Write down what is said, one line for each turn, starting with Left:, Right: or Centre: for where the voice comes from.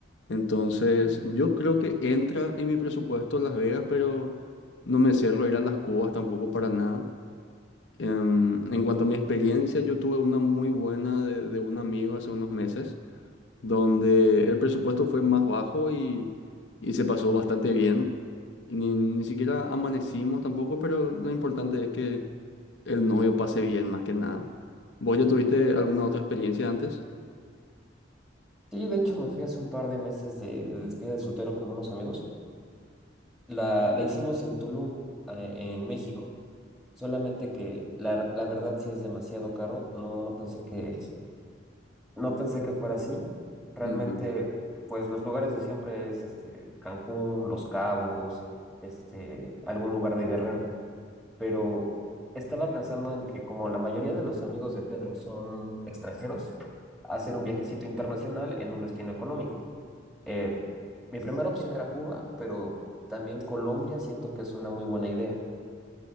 Left: Entonces, yo creo que entra en mi presupuesto Las Vegas, pero no me cierro a ir a las Cubas tampoco para nada. Em, en cuanto a mi experiencia, yo tuve una muy buena de, de un amigo hace unos meses donde el presupuesto fue más bajo y, y se pasó bastante bien. Y ni, ni siquiera amanecimos tampoco, pero lo importante es que el novio pase bien, más que nada. ¿Vos ya tuviste alguna otra experiencia antes?
Centre: Sí, de hecho me fui hace un par de meses de, de despedida de soltero con unos amigos. La, la hicimos en Tulum, eh, en México. Solamente que la, la verdad sí es demasiado caro. No, no pensé que No pensé que fuera así. Realmente,
Left: Ujú.
Centre: pues los lugares de siempre es este Cancún, Los Cabos, este, algún lugar de Guerrero. Pero estaba pensando en que como la mayoría de los amigos de Pedro son extranjeros, hacer un viajecito internacional en un destino económico. Eh, mi primera opción era Cuba, pero también Colombia siento que es una muy buena idea.